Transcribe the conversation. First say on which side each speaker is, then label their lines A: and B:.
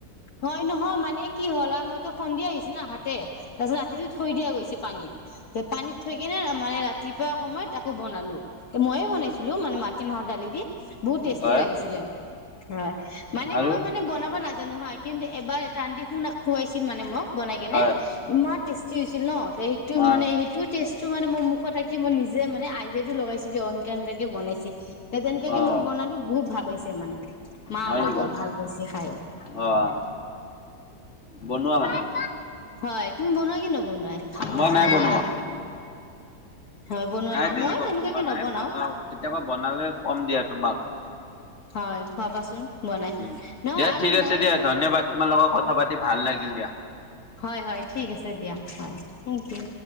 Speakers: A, on the left (about 60°); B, on the left (about 40°).
A: হয়, নহয় মানে কি হ'ল আৰু মইতো সন্ধিয়া আহিছো না আহাতে, তাৰপিছত ৰাতিটো থৈ দিয়া গৈছে পানীত। তে পানীত থৈ কিনে মানে ৰাতিপুৱা সময়ত আকৌ বনালো। মইয়ে বনাইছিলোঁ মানে মাটিমাহৰ দালি দি। বহুত টেষ্টি
B: হয়
A: লাগিছিলে হয়, মানে
B: আৰু
A: মই মানে বনাব নাজানোঁ হা কিন্তু এবাৰ এটা আন্টি খু-খুৱাইছিল মানে মোক বনাই কেনি,
B: হয়
A: ইমান টেষ্টি হৈছিল ন। ত'
B: আহ
A: মানে সেইটো টেষ্টটো মানে মোৰ মুখত থাকি, মই নিজে মানে আইডিয়াটো লগাইছো যে এনকে এনকুৱাকে বনাইছি। তে তেনকুৱাকে
B: অ'।
A: মই বনালো বহুত ভাল পাইছে মানে, মাহঁতে
B: হয় নেকি?
A: বৰ ভাল পাইছে খাই।
B: অ'। বনোৱা মানে।
A: হয়, তুমি বনোৱা কি নবনোৱা? শামুক
B: মই
A: চামুক
B: নাই বনোৱা।
A: হয় বনোৱা
B: নাই তেনেকুৱা
A: মই তেনেকুৱাকে
B: বনোৱা নাই
A: নবনাও
B: বনোৱা, কেতিয়াবা বনালে ক'ম দিয়া তোমাক।
A: হয়, খুৱাবাচোন বনাই
B: উম,
A: নহয়
B: দিয়া
A: আৰু
B: ঠিক
A: মই
B: আছে দিয়া
A: মানে
B: ধন্যবাদ তোমাৰ লগত কথা পাতি ভাল লাগিল দিয়া।
A: হয়, হয়, ঠিক আছে দিয়া হয়, থেংক ইউ।